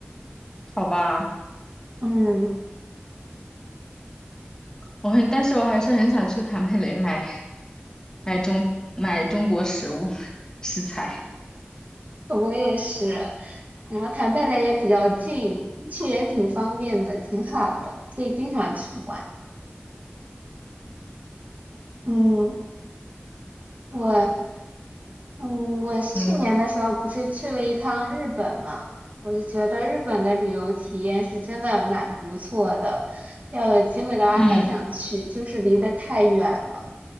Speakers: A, on the left; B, on the right.
A: 好吧。
B: 嗯，
A: 我很，但是我还是很想去坦佩雷买买中买中国食物 <laughs> 食材。
B: 我也是。然后谈贝勒也比较近，去也挺方便的，挺好的，可以经常去玩。嗯，我嗯，我去年的时候不是去了一趟日本嘛，
A: 嗯
B: 我就觉得日本的旅游体验是真的蛮不错的，要有机会的话还想去，
A: 嗯
B: 就是离得太远了，